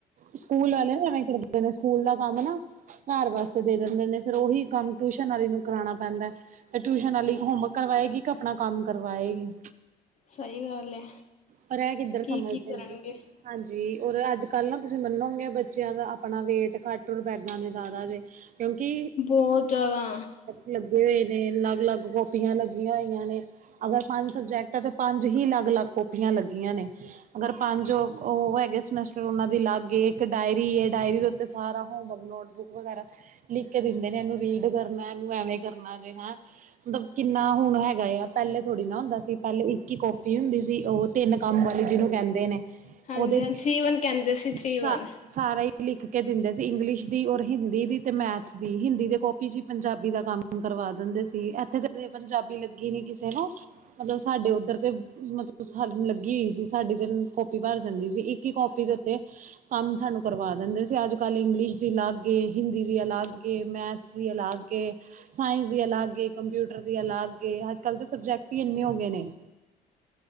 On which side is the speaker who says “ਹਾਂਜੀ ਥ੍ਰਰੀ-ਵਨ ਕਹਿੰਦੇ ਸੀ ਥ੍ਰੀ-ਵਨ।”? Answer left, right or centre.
Left